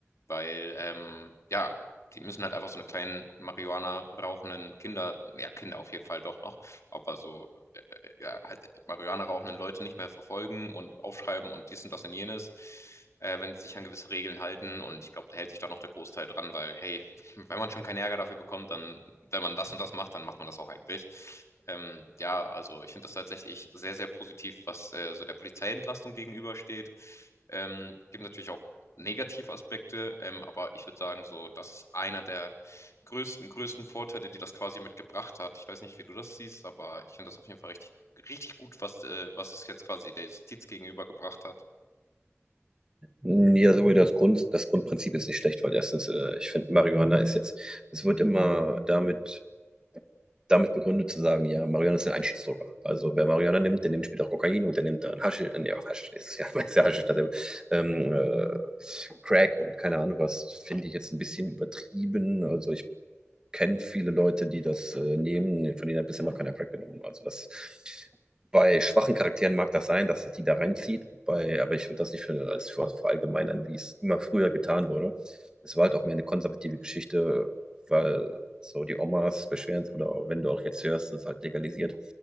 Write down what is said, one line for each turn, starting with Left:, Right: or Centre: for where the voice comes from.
Left: weil ähm, ja, die müssen halt einfach so eine kleinen Marihuana rauchenden Kinder, ja, Kinder auf jeden Fall doch noch, aber so ja, halt äh, Marihuana rauchenden Leute nicht mehr verfolgen und aufschreiben und dies und das und jenes, äh, wenn sie sich an gewisse Regeln halten. Und ich glaube, da hält sich da noch der Großteil dran, weil, hey, <laughs> wenn man schon keinen Ärger dafür bekommt, dann, wenn man das und das macht, dann macht man das auch eigentlich. Ähm, ja, also ich finde das tatsächlich sehr, sehr positiv, was äh, so der Polizeientlastung gegenübersteht. Ähm, gibt natürlich auch Negativaspekte, ähm, aber ich würde sagen, so, das ist einer der größten, größten Vorteile, die das quasi mitgebracht hat. Ich weiß nicht, wie du das siehst, aber ich finde das auf jeden Fall richtig richtig gut, was, äh, was es jetzt quasi der Justiz gegenübergebracht hat.
Right: Ja, sowohl das Grund, das Grundprinzip ist nicht schlecht, weil erstens, äh, ich finde, Marihuana ist jetzt, es wird immer damit, damit begründet zu sagen, ja, Marihuana ist ein Einstiegsdroger. Also wer Marihuana nimmt, der nimmt später auch Kokain und der nimmt dann Haschisch, äh, nee, auch Haschisch ist ja, <laughs> ist ja Haschisch, dasselbe, ähm, äh, Crack und keine Ahnung was, finde ich jetzt ein bisschen übertrieben. Also ich kenne viele Leute, die das äh, nehmen. Von denen hat bisher noch keiner Crack genommen. Also das bei schwachen Charakteren mag das sein, dass das die da reinzieht, bei, aber ich würde das nicht für, als für, verallgemeinern, wie es immer früher getan wurde. Es war halt auch mehr eine konservative Geschichte, weil so die Omas beschweren sich, oder wenn du auch jetzt hörst, das ist halt legalisiert.